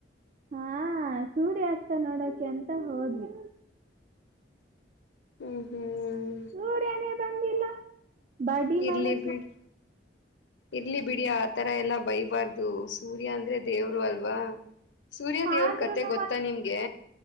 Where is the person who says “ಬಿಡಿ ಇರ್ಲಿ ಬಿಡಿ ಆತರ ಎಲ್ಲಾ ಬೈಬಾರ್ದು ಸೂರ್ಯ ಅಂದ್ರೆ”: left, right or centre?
Left